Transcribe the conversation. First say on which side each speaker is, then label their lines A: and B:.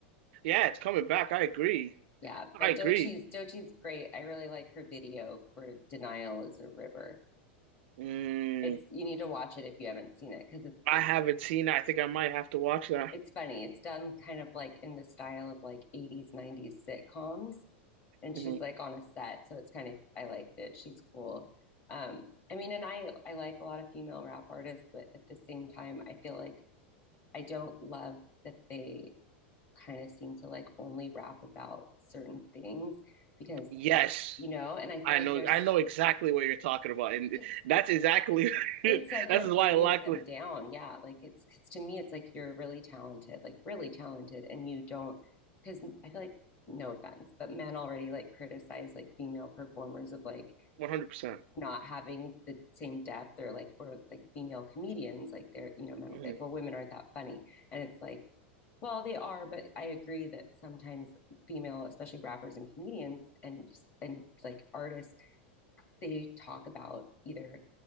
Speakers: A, on the right; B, on the left.
A: Yeah, it's coming back. I agree.
B: Yeah.
A: I
B: But
A: agree.
B: Dochi's Dochi's great. I really like her video for Denial is a River.
A: Mm,
B: It's you need to watch it if you haven't seen it because it's
A: I haven't seen it. I think I might have to watch that.
B: it's funny. It's done kind of like in the style of like 80s, 90s sitcoms. And
A: Mhm.
B: she's like on a set. So it's kind of I liked it. She's cool. Um, I mean, and I I like a lot of female rap artists, but at the same time, I feel like I don't love that they kind of seem to like only rap about certain things because
A: Yes.
B: I, you know, and I feel
A: I
B: like
A: know
B: there's,
A: I know exactly what you're talking about. And
B: because
A: that's exactly <laughs>
B: it's like
A: that's
B: it
A: why
B: brings
A: I like
B: them down. Yeah. Like it's, because to me, it's like you're really talented, like really talented, and you don't, because I feel like, no offense, but men already like criticize like female performers of like,
A: 100%.
B: not having the same depth or like for like female comedians like they're you know men will
A: hmm
B: be like well women aren't that funny and it's like well they are but i agree that sometimes female especially rappers and comedians and and like artists they talk about either